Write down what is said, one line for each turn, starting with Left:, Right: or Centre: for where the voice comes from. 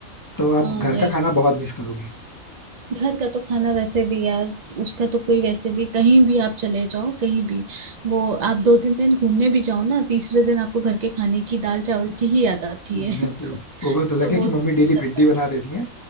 Left: तो आप
Right: हाँ,
Left: घर का खाना बहुत मिस करोगे
Right: घर का तो खाना वैसे भी यार उसका तो कोई वैसे भी कहीं भी आप चले जाओ कहीं भी वो आप दो तीन दिन घूमने भी जाओ ना तीसरे दिन आपको घर के खाने की दाल चावल की ही याद आती
Left: Exactly
Right: है <laughs> तो,
Left: exactly.
Right: तो
Left: वो बात अलग है
Right: वो
Left: कि मम्मी
Right: तो
Left: डेली
Right: पता
Left: भिंडी
Right: है
Left: बना देती है